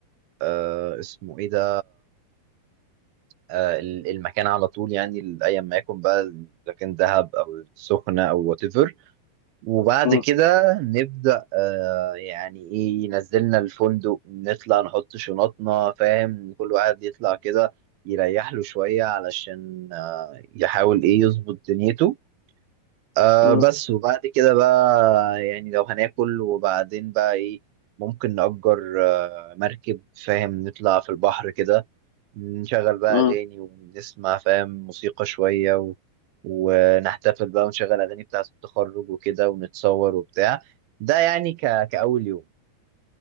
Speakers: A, on the right (about 80°); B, on the left (about 85°).
A: آه، اسمه ايه ده آه، المكان على طول يعني ايا ما يكن بقى اذا كان دهب او السخنه او وات ايفر وبعد
B: مم.
A: كده نبدا آه، يعني ايه ينزلنا الفندق نطلع نحط شنطنا فاهم كل واحد يطلع كده يريح له شويه علشان آه، يحاول ايه يظبط دنيته آه
B: مم.
A: بس وبعد كده بقى يعني لو هناكل وبعدين بقى ايه ممكن نأجر آه، مركب فاهم نطلع في البحر كده نشغل بقى
B: مم.
A: أغاني ونسمع فاهم موسيقى شوية و... ونحتفل بقى ونشغل أغاني بتاعة التخرج وكده ونتصور وبتاع ده يعني ك... كأول يوم